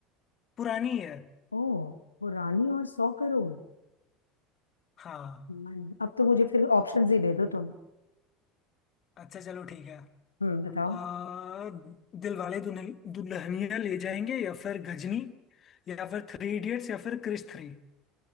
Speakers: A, on the left; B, on the left.
A: पुरानी है
B: ओह पुरानी और सौ करोड़
A: हाँ
B: हम्म, अब तो मुझे फिर ऑप्शंस ही दे दो तुम
A: अच्छा चलो ठीक है
B: हम्म बताओ
A: आ, दिलवाले दुल्हन दुल्हनिया ले जाएंगे या फिर गजनी या फिर थ्री इडियट्स या फिर क्रिश थ्री